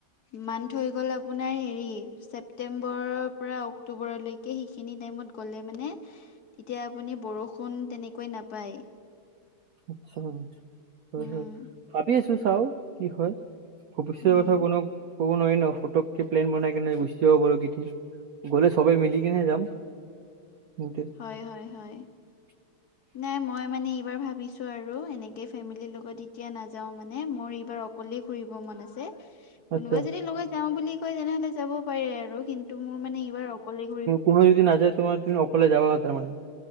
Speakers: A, on the left; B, on the right.
A: মান্থ হৈ গ'ল আপোনাৰ হেৰি ছেপটেম্বৰৰ পৰা অক্টোবৰলৈকে। সেইখিনি টাইমত গ'লে মানে তেতিয়া আপুনি বৰষুণ তেনেকৈয় নাপায়।
B: আচছা হয়,
A: উম,
B: হয় ভাবি আছো চাও কি হয়। ভৱিষ্যৰ
A: উম,
B: কথা কোনো ক'ব নোৱাৰি ন ফটককে প্লেন বনাই কিনে গুচি যাব পাৰু কিঠিক গ'লে সবে মিলি কেনে যাম। সেইটোৱে।
A: হয়, হয়, হয়।
B: <inaudible>
A: নাই মই মানে এইবাৰ ভাবিছো আৰু এনেকে ফেমিলিৰ লগত এতিয়া নাযাও মানে মোৰ এইবাৰ অকলে ঘুৰিব মন আছে
B: আচ্ছা
A: কোনোবাই যদি লগত যাওঁ বুলি কয় তেনেহলে যাব পাৰে আৰু কিন্তু টো মোৰ মানে এইবাৰ অকলে ঘূৰি
B: কোনো যদি নাযায় তোমাৰ তুমি অকলে যাব তাৰমানে।